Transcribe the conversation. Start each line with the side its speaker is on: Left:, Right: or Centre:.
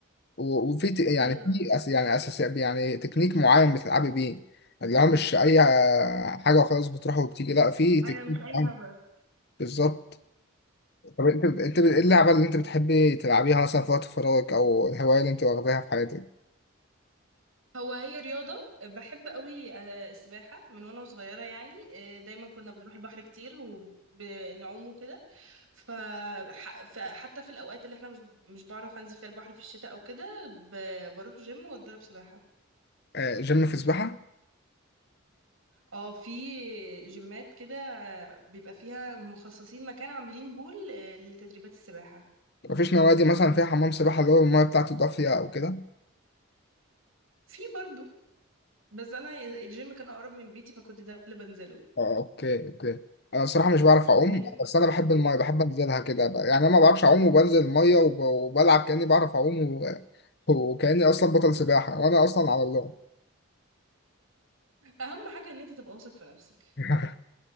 Left: و- وفي ت- يعني
Right: ايوه
Left: في أس يعني أساس يعني تكنيك معين بتلعبي بيه اللي هو مش أي حاجة وخلاص بتروح وبتيجي لا في
Right: ايوه
Left: تكنيك
Right: مش اي
Left: معين
Right: هبل
Left: بالظبط طب انت بت- انت بت- ايه اللعبة اللي انت بتحبي تلعبيها مثلا في وقت فراغك أو الهواية اللي انت واخداها في حياتك؟
Right: هو هي رياضة بحب قوي آه، السباحة من وانا صغيرة يعني آه، دايما كنا بنروح البحر كتير وبنعوم وكده ف- ح- فحتى في الأوقات اللي احنا مش مش بعرف انزل فيها البحر في الشتاء او كده ب- بروح جيم واتدرب سباحة
Left: آه، جيم في سباحة؟
Right: اه في جيمات كده آه، بيبقى فيها مخصصين مكان عاملين بول آه، لتدريبات السباحة
Left: مفيش نوادي مثلا فيها حمام سباحة اللي هو المية بتاعته دافية أو كده؟
Right: في برضو بس انا الجيم كان اقرب من بيتي فكنت ده اللي بنزله
Left: اه اوكي اوكي انا الصراحه مش بعرف اعوم
Right: النادي
Left: بس انا بحب الميه بحب انزلها كده بقى. يعني انا ما بعرفش اعوم وبنزل الميه وب... وبلعب كاني بعرف اعوم و... وكاني اصلا بطل سباحه وانا اصلا على الله
Right: اهم حاجة ان انت تبقى واثق في نفسك
Left: <laughs>